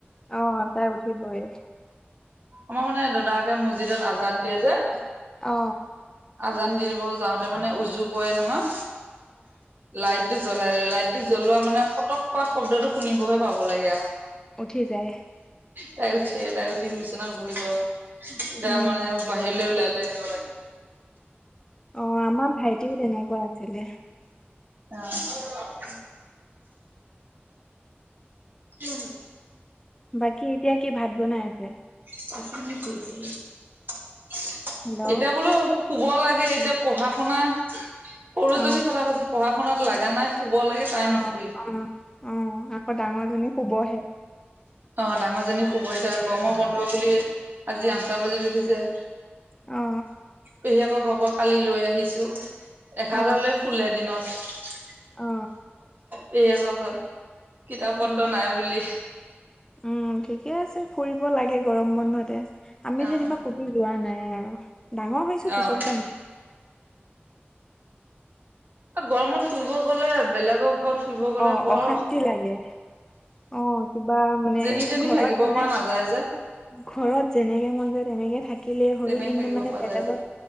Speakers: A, on the left; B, on the right.
A: অ তাই উঠিবয়ে
B: আমাৰ মানে দাদাকে মছজিদত আজান দিয়ে যে
A: অ
B: আজান দি দিব যাওঁতে মানে উজু কৰে নহয় লাইট জ্বলাই জ্বলাই লাইটটো জ্বলোৱা মানে খতক কৰা শব্দটো শুনিবহে পাব লাগে আও
A: উঠি যায়।
B: তাই উঠেই তাই উঠি বিচনাত বহিব। তাৰমানে
A: উম
B: বাহিৰলে ওলাই লৈ আহিব লাগে।
A: অ আমাৰ ভাইটিও তেনেকুৱা আছিলে
B: <unintelligible> অ। <unintelligible> উম।
A: বাকী এতিয়া কি ভাত বনাই আছে?
B: <unintelligible>
A: হেল্ল'
B: এতিয়া বোলো শুব লাগে এতিয়া পঢ়া-শুনা সৰুজনীৰ
A: অ
B: কথা কৈছো পঢ়া-শুনাত লাগা নাই। শুব লাগে তাই
A: অ
B: নুশুই।
A: অ অ আকৌ ডাঙৰজনী শুবহে?
B: অ ডাঙৰজনী শুব এতিয়া গৰমৰ বন্ধ বুলি আজি আঠটা বাজিত উঠিছে।
A: অ।
B: পেহীয়েকৰ ঘৰৰ পৰা কালি লৈ আহিছো এঘাৰটালে
A: অ
B: শুলে দিনত।
A: অ
B: পেহীয়েকৰ ঘৰত কিতাপ-পত্ৰ
A: অ
B: নাই বুলি
A: উম ঠিকেই আছে ফুৰিব লাগে গৰম বন্ধতে আমি
B: অ',
A: যেনিবা ক'তো যোৱা নাই আৰু ডাঙৰ হৈছো
B: অ',
A: পিছত যাম
B: গৰমত ফুৰিব গ'লে বেলেগৰ ঘৰত ফুৰিব গ'লে
A: অ
B: বৰ
A: অশান্তি লাগে। অ কিবা মানে
B: যেনি তেনি
A: ঘৰত
B: থাকিব
A: মানে
B: পৰা নাযায় যে
A: ঘৰত যেনেকে মন যায় তেনেকেই থাকিলেই হ'ল
B: তেনেকে
A: কিন্তু
B: থাকিব
A: মানে
B: পৰা
A: বেলেগত
B: যায় যে